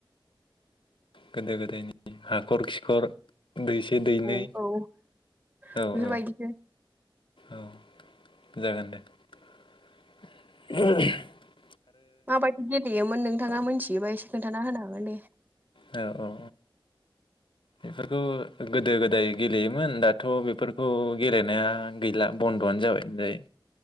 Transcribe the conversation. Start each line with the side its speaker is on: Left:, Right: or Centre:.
Left: गोदो गोदायनि हाखर खि खर दैसे दैनै
Right: औ औ बेफोरबायदिनो
Left: औ औ। औ जागोन दे। <inaudible>
Right: माबायदि गेलेयोमोन नोंथाङा मिथि बिबा एसे खोन्थाना होनो हागोन ने
Left: औ औ औ बेफोरखौ गोदो गोदाय गेलेयोमोन दाथ' बेफोरखौ गेलेनाया गैला बन्द'आनो जाबाय होनजायो।